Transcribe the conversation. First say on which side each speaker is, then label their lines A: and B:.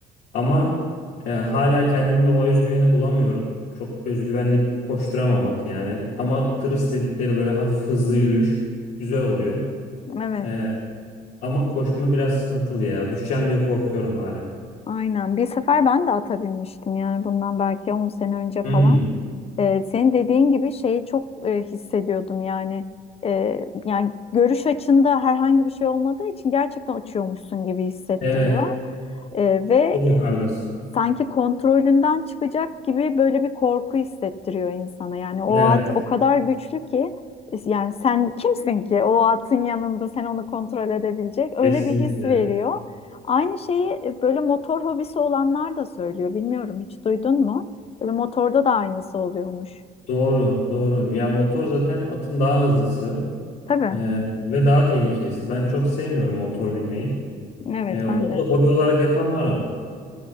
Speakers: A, on the left; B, on the left.
A: Ama e, hala kendimde o özgüveni bulamıyorum. Çok özgüvenli koşturamam atı yani. Ama tırıs dedikleri böyle hafif hızlı yürüyüş güzel oluyor.
B: Evet
A: E, ama koşma biraz sıkıntılı ya. Düşeceğim diye korkuyorum hala.
B: aynen. Bir sefer ben de ata binmiştim yani bundan belki 10 sene önce falan.
A: Hmm,
B: Ee, senin dediğin gibi şeyi çok e, hissediyordum yani Ee, yani görüş açında herhangi bir şey olmadığı için gerçekten uçuyormuşsun gibi hissettiriyor
A: evet.
B: Ee, ve
A: Çok yukarıdasın.
B: e, sanki kontrolünden çıkacak gibi böyle bir korku hissettiriyor insana yani o
A: Evet.
B: at o kadar güçlü ki yani sen kimsin ki o atın yanında sen onu kontrol edebilecek öyle
A: Kesinlikle.
B: bir his veriyor. Aynı şeyi e, böyle motor hobisi olanlar da söylüyor bilmiyorum hiç duydun mu? Böyle motorda da aynısı oluyormuş.
A: Doğru, doğru. Ya motor zaten atın daha hızlısı
B: Tabii.
A: e, ve daha tehlikelisi. Ben çok sevmiyorum motor binmeyi.
B: Evet
A: E, onu
B: ben de.
A: da hobi olarak yapan var ama.